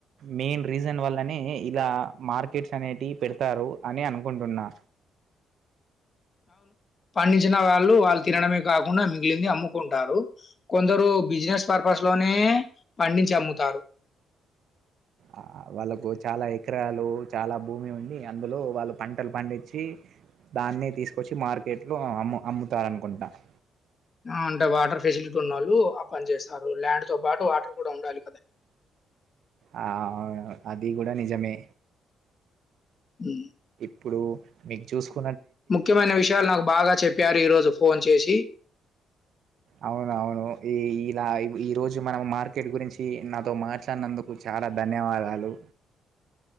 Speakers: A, on the right; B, on the left.
A: మెయిన్ రీజన్ వల్లనే ఇలా మార్కెట్స్ అనేటి పెడతారు అరు అని అనుకుంటున్నా
B: పండించిన వాళ్ళు వాళ్ళు తినడమే కాకుండా మిగిలింది అమ్ముకుంటారు కొందరు బిజినె స్నేస్ పర్పస్ లోనే పండించి అమ్ముతారు
A: ఆ వాళ్ళకు చాలా ఎకరాలు చాలా భూమి ఉండి అందులో వాళ్ళు పంటలు పండించి దాన్ని తీసుకొచ్చి మార్కెట్లో అమ్ అమ్ముతారునుకుంటాను
B: అంటే వాటర్ ఫెసిలిటీ ఉన్నాళ్ళు ఆ పని చేస్తారు ల్యాండ్ తో పాటు వాటర్ కూడా ఉండాలి కదా
A: ఆ అది కూడా నిజమే
B: అ
A: ఇప్పుడు మీకు చూసుకో
B: ముఖ్యమైన విషయాలు నాకు బాగా చెప్పారు ఈరోజు ఫోన్ చేసి
A: అవునవును ఈ ఇలా ఈ రోజు మనం మార్కెట్ గురించి నాతో మాట్లానందుకు చాల చాలా ధన్యవాదాలు